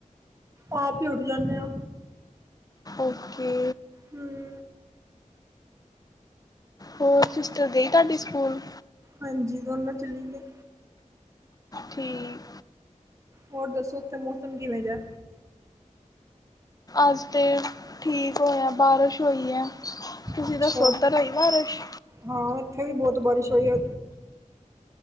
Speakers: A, on the right; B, on the left.
A: ਆਪ ਹੀ ਉਠ ਜਾਂਦੇ ਆ।
B: ਓਕੇ।
A: ਹਮ
B: ਹੋਰ, ਸਿਸਟਰ ਗਈ ਤੁਹਾਡੀ ਸਕੂਲ?
A: ਹਾਂਜੀ, ਦੋਨੋਂ ਚਲੀ ਗਈਆਂ।
B: ਠੀਕ।
A: ਹੋਰ ਦੱਸੋ, ਉੱਥੇ ਮੌਸਮ ਕਿਵੇਂ ਜਾ?
B: ਅੱਜ ਤੇ ਠੀਕ ਹੋਇਆ, ਬਾਰਿਸ਼ ਹੋਈ ਐ। ਤੁਸੀਂ
A: ਅੱਛਾ
B: ਦਸੋ, ਓਧਰ ਹੋਈ ਬਾਰਿਸ਼।
A: ਹਾਂ, ਉੱਥੇ ਵੀ ਬਹੁਤ ਬਾਰਿਸ਼ ਹੋਈ ਐ।